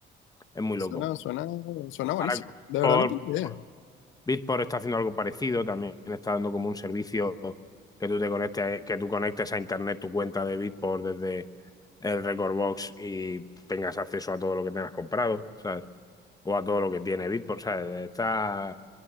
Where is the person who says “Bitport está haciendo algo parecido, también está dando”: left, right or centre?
Left